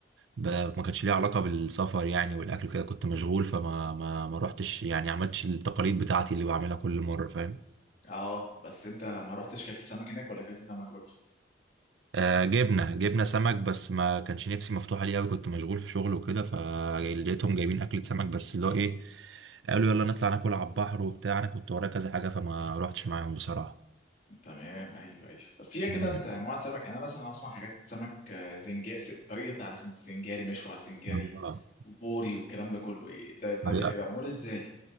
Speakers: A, on the right; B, on the left.
A: ب- ما كانش ليها علاقه بالسفر يعني والاكل كده كنت مشغول فما ما ما رحتش يعني عملتش التقاليد بتاعتي اللي بعملها كل مره فاهم
B: اه بس انت ما رحتش كلت سمك هناك ولا كلت سمك برضه
A: آه، جبنا جبنا سمك بس ما كانش نفسي مفتوحة ليه قوي كنت مشغول في شغل وكده فلقيتهم جايبين أكلة سمك بس اللي هو إيه قالوا يلا نطلع ناكل على البحر وبتاع أنا كنت ورايا كذا حاجة فما روحتش معاهم بصراحة
B: تمام ايوه ايوه طب فيها كده
A: مم.
B: انت انواع سمك يعني انا مثلا اسمع حاجات سمك آه، زنجاري طريقه على سن- سنجاري مشوي على سنجاري
A: آه،
B: وبوري والكلام ده كله إيه ده ده
A: طريقة
B: بيبقى معمول ازاي